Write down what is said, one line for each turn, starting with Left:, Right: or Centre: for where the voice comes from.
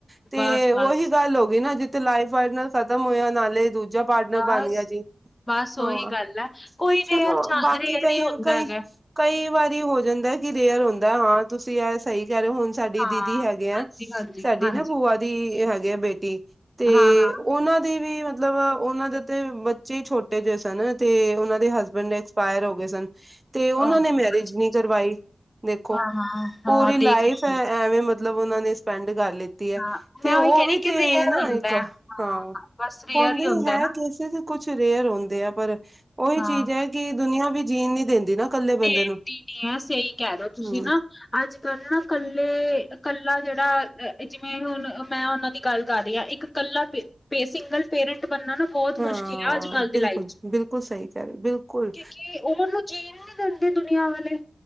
Right: ਤੇ
Left: ਬਸ
Right: ਉਹੀ
Left: ਬਸ
Right: ਗੱਲ ਹੋ ਗਈ ਨਾ। ਜਿੱਥੇ ਲਾਈਫ ਪਾਰਟਨਰ ਖ਼ਤਮ ਹੋਇਆ। ਨਾਲੇ ਦੂਜਾ ਪਾਰਟਨਰ
Left: ਬਸ
Right: ਬਣ ਗਿਆ ਜੀ।
Left: ਬਸ
Right: ਹਾਂ,
Left: ਉਹੀ ਗੱਲ ਹੈ ਕੋਈ
Right: ਚਲੋ
Left: ਰੇਅਰ ਚਾ
Right: ਬਾਕੀ
Left: ਰੇਅਰ
Right: ਕਈ
Left: ਹੀ ਹੁੰਦਾ
Right: -ਕਈ
Left: ਹੈਗਾ
Right: ਕਈ ਵਾਰੀ ਹੋ ਜਾਂਦਾ ਕਿ ਰੇਅਰ ਹੁੰਦਾ। ਹਾਂ। ਤੁਸੀਂ ਯਾਰ ਸਹੀ ਕਰਹੇ ਹੋ। ਹੁਣ ਸਾਡੀ
Left: ਹਾਂ
Right: ਦੀਦੀ ਹੈਗੇ ਆ।
Left: ਹਾਂਜੀ ਹਾਂਜੀ
Right: ਸਾਡੀ
Left: ਹਾਂਜੀ
Right: ਨਾ ਬੂਆ ਦੀ ਹੈਗੇ ਆ ਬੇਟੀ। ਤੇ
Left: ਹਾਂ ਹਾਂ
Right: ਉਹਨਾਂ ਦੀ ਵੀ ਮਤਲਬ ਉਹਨਾਂ ਦੇ ਤੇ ਬੱਚੇ ਹੀ ਛੋਟੇ ਜਿਹੇ ਸਨ। ਤੇ ਉਹਨਾਂ ਦੇ ਹਸਬੈਂਡ ਪਾਇਰ ਹੋ ਗਏ ਸਨ। ਤੇ ਉਹਨਾਂ
Left: ਉਹ
Right: ਨੇ ਮੈਰਿਜ
Left: ਅੱਛਾ,
Right: ਨਹੀਂ ਕਰਵਾਈ। ਦੇਖੋ
Left: ਹਾਂ ਹਾਂ ਹਾਂ
Right: ਪੂਰੀ ਲਾਈਫ
Left: ਦੇਖ ਲ
Right: ਹੈ ਐਵੇਂ ਮਤਲਬ ਉਹਨਾਂ ਨੇ ਸਪੈਂਡ ਕਰ ਲਿੱਤੀ। ਹੈ।
Left: ਹਾਂ,
Right: ਤੇ
Left: ਮੈਂ
Right: ਉਹ
Left: ਉਹੀ ਕਹਿ
Right: ਵੀ
Left: ਰਹੀ ਕਿ
Right: ਤੇ
Left: ਰੇਅਰ
Right: ਨਾ
Left: ਹੁੰਦਾ
Right: ਇੱਕ।
Left: ਹੈ,
Right: ਹਾਂ,
Left: ਬਸ ਰੇਅਰ
Right: ਹਦੀ
Left: ਹੀ ਹੁੰਦਾ
Right: ਹੈ
Left: ਨਾ।
Right: ਕੇਸਿਸ ਕੁਛ ਰੇਅਰ ਹੁੰਦੇ ਆ ਪਰ। ਉਹੀ
Left: ਹਾਂ,
Right: ਚੀਜ਼ ਹੈ ਕਿ ਦੁਨੀਆਂ ਵੀ ਜੀਣ ਨੀ ਦਿੰਦੀ ਨਾ। ਇਕੱਲੇ ਬੰਦੇ
Left: ਤੇ ਐਮ
Right: ਨੂੰ
Left: ਪੀ ਆ ਸਹੀ। ਕਹਿ ਰਹੇ ਹੋ ਤੁਸੀਂ
Right: ਹਮ
Left: ਨਾ। ਅੱਜ ਕੱਲ ਨਾ ਕੱਲੇ, ਕੱਲਾ ਜਿਹੜਾ ਜਿਵੇਂ ਹੁਣ ਮੈਂ ਉਹਨਾਂ ਦੀ ਗੱਲ ਕਰ ਰਹੀ ਹਾਂ। ਇੱਕ ਕੱਲਾੇ ਸਿੰਗਲ ਪੇਰੈਂਟ ਬਣਨਾ ਨਾ ਬਹੁਤ
Right: ਹਾਂ
Left: ਮੁਸ਼ਕਿਲ ਆ ਅੱਜ ਕੱਲ
Right: ਬਿਲਕੁਲ
Left: ਦੀ ਲਾਈਫ ਚ'
Right: ਬਿਲਕੁਲ ਸਹੀ ਕਹਿ ਰਹੇ ਬਿਲਕੁਲ
Left: ਕਿਉਕਿ ਉਹਨ ਜੀਣ ਨਹੀਂ ਦਿੰਦੇ ਦੁਨੀਆਂ ਵਾਲੇ।